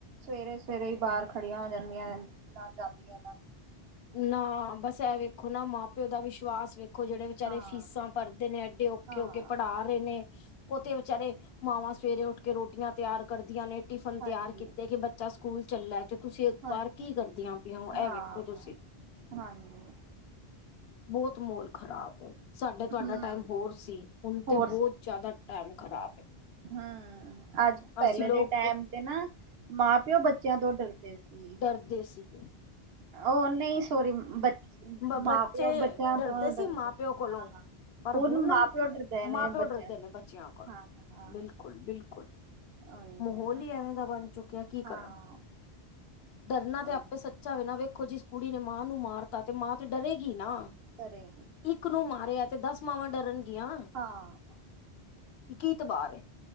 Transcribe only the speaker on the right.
ਸਵੇਰੇ ਸਵੇਰੇ ਹੀ ਬਾਹਰ ਖੜੀਆਂ ਹੋ ਜਾਂਦੀਆਂ ਨਾ ਜਾਂਦੀਆਂ ਇਹਨਾਂ।
ਹਾਂ
ਹਾਂ
ਹਾਂਜੀ
ਹਾਂਜੀ
ਹਾਂ
ਹਾਂਜੀ।
ਹਮ
ਹੋਰ
ਹਮ ਅੱਜ ਪਹਿਲੇ
ਦੇ ਟਾਈਮ ਤੇ ਨਾ ਮਾਂ ਪਿਓ ਬੱਚਿਆਂ ਤੋਂ ਡਰਦੇ ਸੀ।
ਉਹ ਨਹੀਂ ਸੋਰੀ ਬ
ਮਾਂ ਪਿਓ ਬੱਚਿਆਂ
ਤੋਂ
ਹਾਂ
ਮਾਂ ਪਿਓ ਡਰਦੇ ਨੇ
ਬੱਚਿਆਂ
ਤੋਂ
ਹਾਂ ਹਾਂ
ਉਹੀ
ਹੈ ਨਾ
ਹਾਂ
ਉਹੀ
ਸਰੇ।
ਹਾਂ